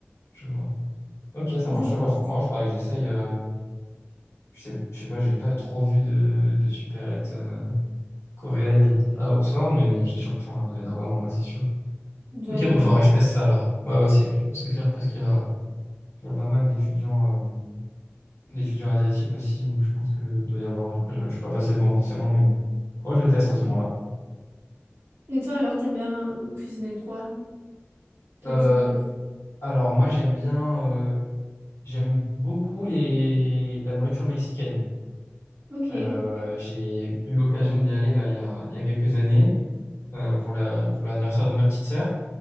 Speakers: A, on the left (about 75°); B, on the right (about 60°).
A: je vois. Ok, ça
B: Et
A: marche.
B: ça, ça-
A: Ouais, Bah, faut- en vrai, faudrait que j'essaye. euh, je sais, je sais pas, j'ai pas trop vu de, de supérettes. euh, coréenne à Oxford, mais bon, c'est sûr qu'il doit y en avoir en vrai, c'est sûr.
B: il doit
A: Ok,
B: y en
A: bah
B: avoir.
A: faudra que je teste ça alors. Ouais, ouais, c'est clair, c'est clair parce qu'il y a, il y a pas mal d'étudiants euh, d'étudiants asiatiques aussi, donc je pense que doit y avoir. Après, je ne suis pas passé devant forcément, mais ouais, je le teste à ce moment-là.
B: Et toi alors, t'aimes bien cuisiner quoi? Quel
A: Euh,
B: type de...
A: alors moi, j'aime bien, euh, j'aime beaucoup les la nourriture mexicaine.
B: Ok,
A: Euh, j'ai eu l'occasion d'y aller là il y a, il y a quelques années euh, pour la pour l'anniversaire de ma petite sœur.